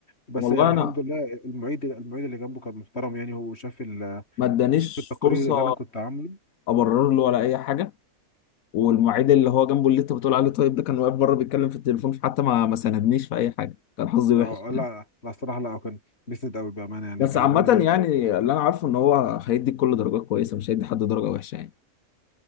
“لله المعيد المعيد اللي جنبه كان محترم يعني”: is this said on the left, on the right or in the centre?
Left